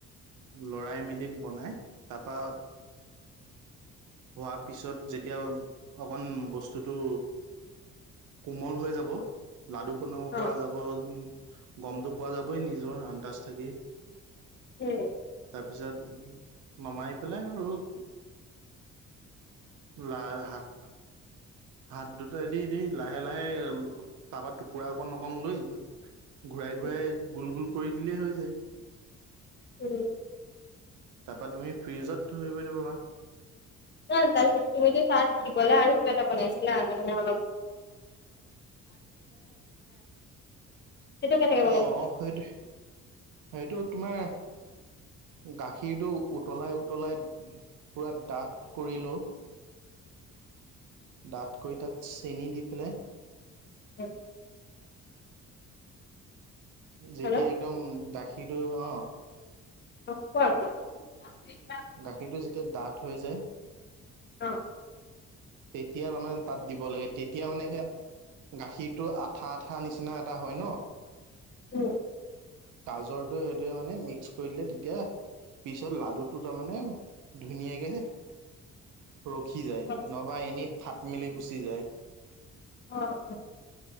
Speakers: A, on the right; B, on the left.
A: লৰাই মেলি বনাই তাৰপা হোৱাৰ পিছত যেতিয়া অকণ বস্তুটো কোমল হৈ যাব লাডু বনাব
B: অ
A: পৰা যাব উম গমটো পোৱা যাবই নিজৰ অন্দাচ থাকেই
B: উম
A: তাৰপিছত নমাই পেলাই আৰু লাইশাক হাত দুটাই দি দি লাহে লাহে তাৰপা টুকুৰা অকণ অকণ লৈ ঘূৰাই ঘূৰাই
B: উম
A: গোল গোল কৰি দিলেই হৈ যায়।
B: উম।
A: তাৰপা তুমি ফ্ৰিজত থৈ দিব পাৰা।
B: ন তাৰপিছত তুমি যে তাত দিবলে আৰু কিবা এটা বনাইছ ছিলা তামানে অলপ সেইটো কেনেকে বনাইছিলা
A: অ অ সেইটোৱে সেইটো তোমাৰ গাখীৰটো উতলাই উতলাই পুৰা ডাঠ কৰি লওঁ ডাঠ কৰি তাত চেনি দি পেলাই
B: হয়
A: যেতিয়া
B: হেল্ল'
A: একদম গাখীৰটো অ'
B: অ' কোৱা কোৱা
A: গাখীৰটো যেতিয়া ডাঠ হৈ যায়।
B: অ
A: তেতিয়া তাৰমানে তাত দিব লাগে তেতিয়া মানে সেই গাখীৰটো আঠা আঠা নিচিনা এটা হয় ন।
B: উম
A: গাজৰটোৱে সেইটোৱে মানে মিক্স কৰি দিলে তেতিয়া পিছত লাডু টো তাৰমানে ধুনীয়াকে ৰখি যায়
B: অ
A: নহবা এনেই ফাট মেলি গুচি যায়।
B: অ হয়